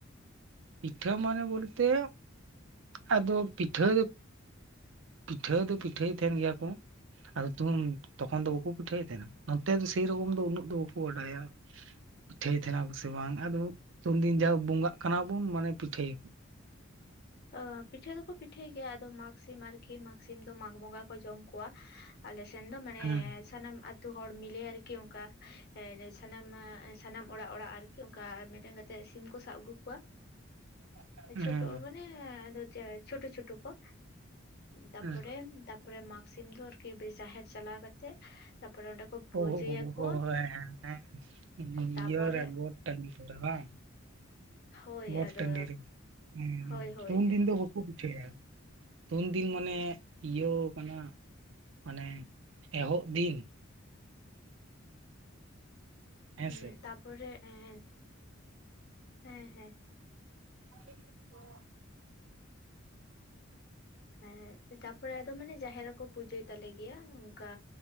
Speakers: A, on the right; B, on the left.
A: ᱯᱤᱴᱷᱟᱹ ᱢᱟᱱᱮ ᱵᱚᱞᱛᱮ ᱟᱫᱚ ᱯᱤᱴᱷᱟᱹ ᱯᱤᱴᱷᱟᱹ ᱫᱚ ᱯᱤᱴᱷᱟᱹᱭ ᱛᱟᱦᱮᱱ ᱜᱮᱭᱟ ᱠᱩ ᱟᱨ ᱩᱛᱩᱢ ᱛᱚᱠᱷᱚᱱ ᱫᱚ ᱵᱟᱠᱚ ᱯᱤᱴᱷᱟᱹᱭ ᱮᱫ ᱛᱟᱦᱮᱱᱟ ᱱᱚᱛᱮ ᱫᱚ ᱥᱮᱨᱚᱠᱚᱢ ᱫᱚ ᱩᱱᱟᱹᱜ ᱫᱚ ᱵᱟᱠᱚ ᱵᱟᱰᱟᱭᱟ᱾ ᱯᱤᱴᱷᱟᱹᱭ ᱛᱟᱦᱮᱱᱟ ᱠᱚ ᱥᱮ ᱵᱟᱝ ᱟᱫᱚ ᱩᱱᱫᱤᱱ ᱡᱟ ᱵᱚᱸᱜᱟᱜ ᱠᱟᱱᱟ ᱵᱚᱱ ᱢᱟᱱᱮ ᱯᱤᱴᱷᱟᱹᱭ
B: ᱚ ᱯᱤᱴᱷᱟᱹ ᱯᱤᱴᱷᱟᱹ ᱫᱚᱠᱚ ᱯᱤᱴᱷᱟᱹᱭ ᱜᱮᱭᱟ ᱟᱫᱚ ᱢᱟᱜᱽ ᱥᱤᱢ ᱟᱨᱠᱤ ᱢᱟᱜᱽ ᱥᱤᱢ ᱫᱚ ᱢᱟᱜᱽ ᱵᱚᱸᱜᱟ ᱠᱚ ᱡᱚᱢ ᱠᱚᱣᱟ᱾ ᱟᱞᱮ ᱥᱮᱱ ᱫᱚ ᱢᱟᱱᱮ
A: ᱦᱮᱸ
B: ᱥᱟᱱᱟᱢ ᱛᱩ ᱦᱚᱲ ᱢᱤᱞᱮ ᱟᱨᱠᱤ ᱚᱱᱠᱟ ᱮ ᱮᱜ ᱥᱟᱱᱟᱢᱟᱜ ᱥᱟᱱᱟᱢ ᱚᱲᱟᱜ ᱚᱲᱟᱜ ᱟᱨᱠᱤ ᱚᱱᱠᱟ ᱢᱤᱫᱴᱮᱱ ᱜᱟᱹᱛ ᱛᱮ ᱥᱤᱢ ᱠᱚ ᱥᱟᱵ ᱟᱹᱜᱩ ᱠᱚᱣᱟ
A: <inaudible> ᱦᱮᱸ
B: ᱪᱷᱳᱴᱳ ᱢᱟᱱᱮ ᱫᱚ ᱪᱷᱳᱴᱳ ᱪᱷᱳᱴᱳ ᱠᱚ ᱛᱟᱯᱚᱨᱮ
A: ᱦᱮᱸ
B: ᱛᱟᱯᱚᱨᱮ ᱢᱟᱜᱽ ᱥᱤᱢ ᱫᱚ ᱟᱨᱠᱤ ᱡᱟᱦᱮᱨ ᱪᱟᱞᱟᱣ ᱠᱟᱛᱮᱜ ᱛᱟᱯᱚᱨᱮ ᱚᱸᱰᱮ ᱠᱚ ᱯᱩᱡᱟᱹᱭᱟᱠᱚ
A: ᱳ ᱳ ᱦᱮᱸ ᱦᱮᱸ <unintelligible>
B: ᱛᱟᱯᱚᱨᱮ
A: ᱤᱭᱟᱹᱨᱮ ᱴᱟᱺᱰᱤ ᱠᱚᱨᱮ ᱵᱟᱝ
B: ᱦᱳᱭ
A: ᱜᱚᱰ
B: ᱟᱫᱚ
A: ᱴᱟᱺᱰᱤ ᱨᱮ ᱦᱩᱸ
B: ᱦᱳᱭ
A: ᱦᱩᱸ
B: ᱦᱳᱭ
A: ᱩᱱ ᱫᱤᱱ ᱫᱚ ᱠᱩ ᱯᱤᱷᱟᱹᱭᱟ ᱛᱚ ᱩᱱ ᱫᱤᱱ ᱢᱟᱱᱮ ᱤᱭᱟᱹᱣ ᱠᱟᱱᱟ ᱢᱟᱱᱮ ᱮᱦᱚᱵ ᱫᱤᱱ ᱦᱮᱸᱥᱮ
B: ᱩᱸᱜ ᱛᱟᱯᱚᱨᱮ ᱮᱦ ᱦᱮᱸ ᱦᱮᱸ
A: <unintelligible>
B: ᱦᱮᱸᱜ ᱛᱟᱯᱚᱨᱮ ᱟᱫᱚ ᱢᱟᱱᱮ ᱡᱟᱦᱮᱨ ᱨᱮᱠᱚ ᱯᱩᱡᱟᱹᱭ ᱛᱟᱞᱮ ᱜᱮᱭᱟ ᱚᱱᱠᱟ